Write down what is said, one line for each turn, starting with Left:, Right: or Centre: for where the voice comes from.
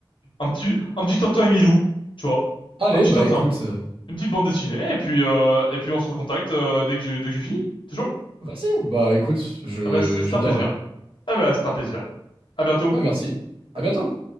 Left: un petit, un petit Tintin et Milou, tu vois.
Right: Allez,
Left: Un petit
Right: bah
Left: Tintin.
Right: écoute, euh,
Left: une petite bande dessinée et puis euh, et puis on se recontacte euh, dès que j'ai dès que j'ai fini. C'est chaud?
Right: bah si, bah écoute, je,
Left: Ah bah c'est c'est
Right: j'adorerais.
Left: un plaisir. Ah bah c'est un plaisir. À bientôt.
Right: Bah merci, à bientôt.